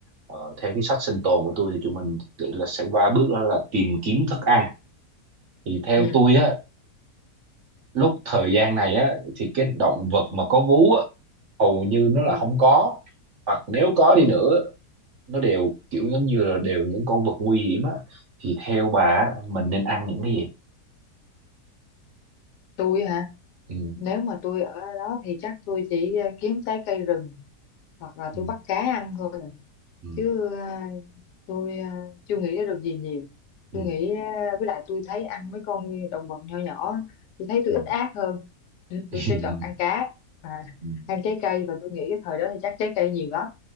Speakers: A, on the right; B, on the left.
A: ờ, theo cái sách sinh tồn của tôi thì chúng mình tự là sẽ qua bước đó là tìm kiếm thức ăn thì theo
B: ừ
A: tôi á lúc thời gian này á
B: ừ
A: thì cái động vật mà có vú á hầu như nó là
B: ừ
A: không có hoặc nếu có đi
B: Ừ,
A: nữa nó đều kiểu giống như là đều những con vật nguy hiểm á thì theo bà á, mình nên ăn những cái gì
B: tôi hả?
A: ừ,
B: Nếu mà tôi ở đó thì chắc tôi chỉ ờ, kiếm trái cây rừng hoặc là
A: ừ,
B: tôi bắt cá ăn thôi. à.
A: ừ,
B: Chứ ờ, tôi ờ, chưa nghĩ ra được gì nhiều.
A: ừ,
B: Tôi nghĩ ờ, với lại tôi thấy ăn mấy con động vật nhỏ nhỏ, tôi thấy tôi
A: ừ.
B: ít ác hơn. Nên tôi
A: <laughs>
B: sẽ chọn ăn cá và <laughs>
A: Ừ,
B: ăn trái cây và tôi nghĩ cái thời đó thì chắc trái cây nhiều lắm.